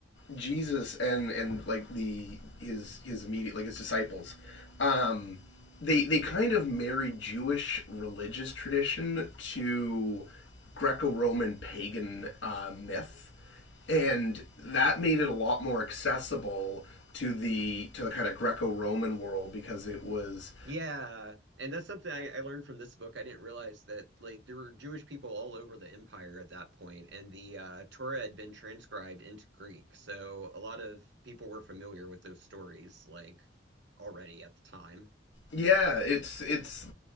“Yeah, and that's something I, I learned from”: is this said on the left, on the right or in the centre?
Right